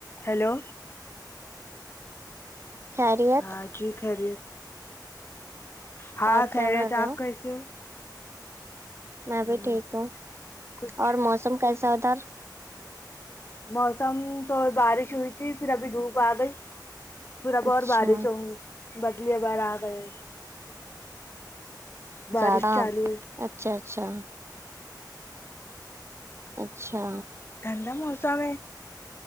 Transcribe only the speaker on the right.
خیریت
اور کیا
کر رہے
میں بھی ٹھیک ہوں
اور موسم کیسا ادھر
اچھا
زیادہ
اچھا اچھا اچھا